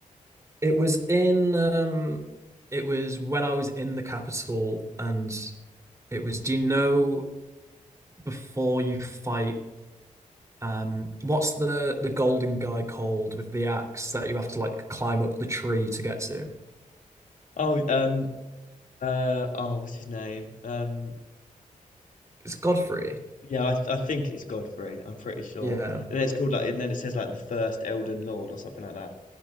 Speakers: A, on the right (about 20°); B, on the left (about 70°).
A: it was in um it was when I was in the capital and it was do you know before you fight Um, what's the the golden guy called with the axe that you have to like climb up the tree to get to?
B: Oh, um, uh, oh, what's his name? Um,
A: It's Godfrey.
B: yeah, I, I think it's Godfrey. I'm pretty sure.
A: Yeah.
B: And then it's called like, and then it says like the first Elden Lord or something like that.